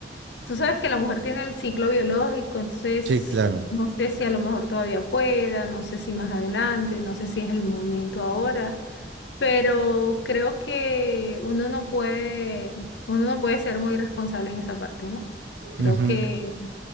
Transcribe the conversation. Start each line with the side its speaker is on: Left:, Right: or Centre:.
Left: tú sabes que la mujer tiene el ciclo biológico, entonces
Right: Sí, claro.
Left: no sé si a lo mejor todavía pueda, no sé si más adelante, no sé si es el momento ahora. pero creo que uno no puede, uno no puede ser muy responsable en esa parte, ¿no? Creo
Right: Ujú.
Left: que,